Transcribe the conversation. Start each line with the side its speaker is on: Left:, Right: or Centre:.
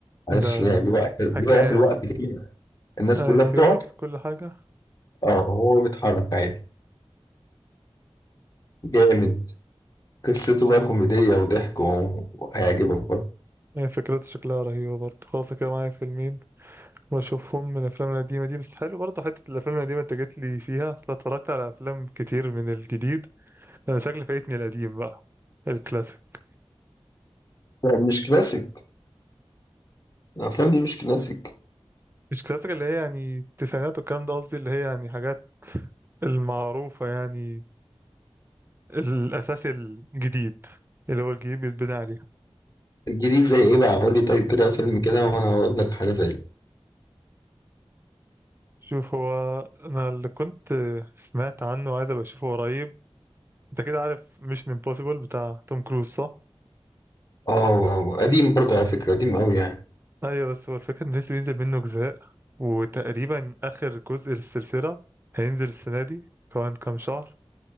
Left: عارف
Right: ده
Left: يعني بيوقف بيوقف
Right: حكاية
Left: الوقت
Right: ده
Left: كده الناس
Right: ايوه
Left: كلها بتقعد
Right: يقف في كل حاجة
Left: اه هو بيتحرك عادي جامد قصته بقى كوميدية وضحك و- وهيعجبك برضه
Right: هي فكرته شكلها رهيبة برضه خلاص كده معايا فيلمين بشوفهم من الأفلام القديمة دي بس حلو برضه حتة الأفلام القديمة أنت جيت لي فيها أصل أنا اتفرجت على أفلام كتير من الجديد أنا شكلي فايتني القديم بقى الكلاسيك
Left: يعني مش كلاسيك الأفلام دي مش كلاسيك
Right: مش كلاسيك اللي هي يعني التسعينات والكلام ده قصدي اللي هي يعني حاجات المعروفة يعني الأساس الجديد اللي هو الجديد بيتبني عليه
Left: الجديد زي إيه بقى قول لي طيب كده فيلم كده وأنا هقول لك حاجة زيه
Right: شوف هو أنا اللي كنت سمعت عنه عايز أبقى أشوفه قريب أنت كده عارف ميشن امبوسيبل بتاع توم كروز صح؟
Left: آه و- قديم برضه على فكرة قديم أوي يعني
Right: أيوة بس هو الفكرة إن لسه بينزل منه أجزاء وتقريبا آخر جزء للسلسلة هينزل السنة دي كمان كام شهر